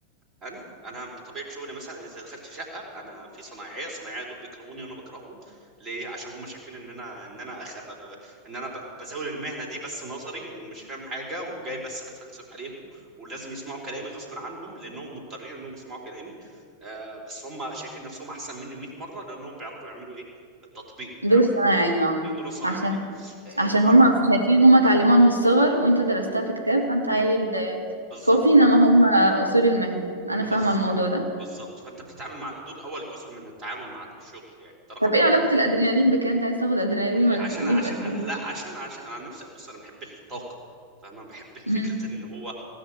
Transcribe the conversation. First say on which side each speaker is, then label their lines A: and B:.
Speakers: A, on the right; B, on the right.
A: انا انا بطبيعه شغلي مثلا اذا دخلت شقه انا في صنايعيه صنايعيه دول بيكرهوني وانا بكرههم ليه عشان هم شايفين ان انا ان انا أخ... ب... ب... ان انا ب... بزاول المهنه دي بس نظري ومش فاهم حاجه وجاي بس بتفلسف عليهم ولازم يسمعوا كلامي غصب عنهم لانهم مضطرين انهم يسمعوا كلامي آه، بس هم شايفين نفسهم احسن مني 100 مره لانهم بيعرفوا يعملوا ايه التطبيق
B: دول
A: بيعرفوا
B: صنايعي يعني
A: آه، دول صناعيه
B: عشان
A: آه،
B: عشان
A: المه...
B: هم شايفين ان هم اتعلموها من الصغر وانت درستها في كتاب فانت عيل
A: آه،
B: آه،
A: بالظبط
B: فوفي
A: عارف
B: انما هم اصول المهنه انا فاهمه
A: بالظبط
B: الموضوع ده
A: بالظبط فانت بتتعامل مع دول اول جزء من التعامل مع الشغل يعني ده رقم
B: طب ايه
A: واحد
B: علاقه الادرينالين بكده انت عايز تاخد ادرينالين
A: آه،
B: ولا
A: عشان
B: تديهم
A: عشان
B: ادرينالين
A: أنا لا عشان عشان انا عن نفسي بص انا بحب الطاقه فانا بحب فكره
B: امم
A: ان هو